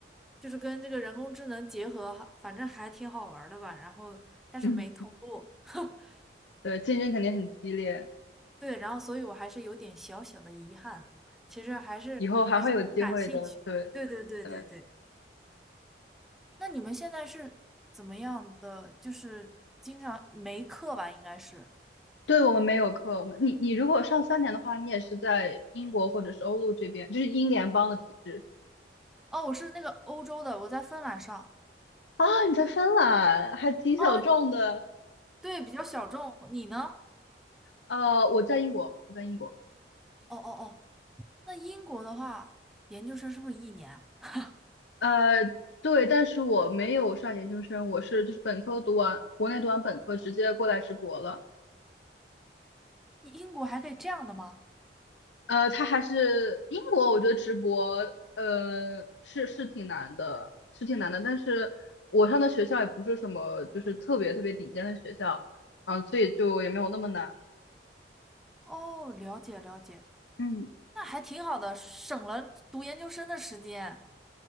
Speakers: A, in the centre; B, on the left.
A: 就是跟这个人工智能结合，反正还挺好玩儿的吧。然后但是没通过，
B: 嗯，
A: <laughs>
B: 对，竞争肯定很激烈，
A: 对，然后所以我还是有点小小的遗憾，其实还是还是很感兴趣，
B: 以后还会有机会的，对
A: 对对对对对。
B: 对，
A: 那你们现在是怎么样的？就是经常没课吧，应该是。
B: 对我们没有课，我们你你如果上三年的话，你也是在英国或者是欧陆这边，就是英联邦的体制
A: 哦，我是那个欧洲的，我在芬兰上。
B: 啊，你在芬兰还挺小众的。
A: 啊，你对，比较小众。你呢？
B: 呃，我在英国，我在英国。
A: 哦哦哦，那英国的话，研究生是不是一年啊？
B: 呃，对，但是我没有上研究生，我是就是本科读完，国内读完本科直接过来直博了。
A: 英英国还可以这样的吗？
B: 呃，他还是英国，我觉得直博，呃，是是挺难的，是挺难的。但是我上的学校也不是什么就是特别特别顶尖的学校，嗯、所以就也没有那么难。
A: 哦，了解了解，
B: 嗯
A: 那还挺好的，省了读研究生的时间。